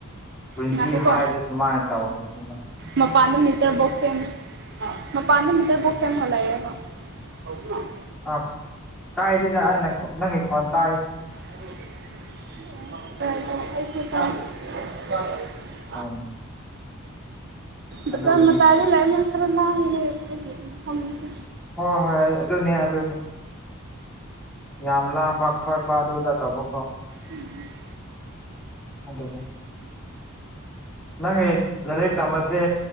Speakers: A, in the centre; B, on the right (about 50°).
A: ꯄꯨꯟꯁꯤ
B: ꯉꯥꯏꯈꯣꯀꯣ
A: ꯍꯥꯏꯕ ꯁꯨꯃꯥꯏ ꯇꯧꯗꯝꯅꯦꯕ
B: ꯃꯄꯥꯟꯗ ꯃꯤꯇꯔ ꯕꯣꯛꯁ ꯁꯦꯝꯃꯤ ꯃꯄꯥꯟꯗ ꯃꯤꯇꯔ ꯕꯣꯛꯁ ꯁꯦꯝꯂꯒ ꯂꯩꯌꯩꯕ ꯑ ꯍ <inaudible>
A: ꯑ ꯀꯥꯏꯗꯦꯗ ꯑꯩꯅꯪ ꯈꫭꯟ ꯅꯪꯒꯤ ꯈꯣꯟ ꯇꯥꯏ
B: <inaudible>
A: ꯍꫭꯏ
B: ꯕꯖꯥꯔ
A: ꯑꯗꯨꯒꯤꯅꯤ
B: ꯃꯇꯥꯏꯗ ꯂꯩꯕꯅꯤꯅ ꯈꯔ ꯂꯥꯡꯉꯦꯅꯦ ꯑꯩꯒꯤ ꯐꯝꯂꯤꯁꯦ
A: ꯍꯣ ꯍꯣꯏ ꯑꯗꯨꯅꯦ ꯑꯗꯨꯅꯦ ꯌꯥꯝ ꯂꯥꯡꯕ ꯈꫭꯠꯄ ꯑꯗꯨꯗ ꯇꯧꯕꯀꯣ
B: ꯎꯝ <inaudible>
A: ꯑꯗꯨꯅꯦ ꯅꯪ ꯂꯥꯏꯔꯤꯛ ꯇꯝꯕꯁꯦ